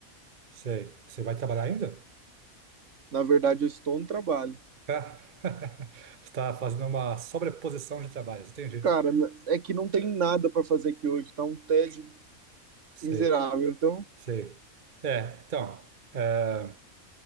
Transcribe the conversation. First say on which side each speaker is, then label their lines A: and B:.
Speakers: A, on the right (about 40°); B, on the right (about 60°).
A: Sei. Você vai trabalhar ainda?
B: Na verdade, eu estou no trabalho.
A: Ah, <laughs> Você está fazendo uma sobreposição de trabalhos, entendi.
B: Cara, é que não tem nada pra fazer aqui hoje, tá um tédio
A: Sei,
B: miserável. Então,
A: sei. É, então. eh,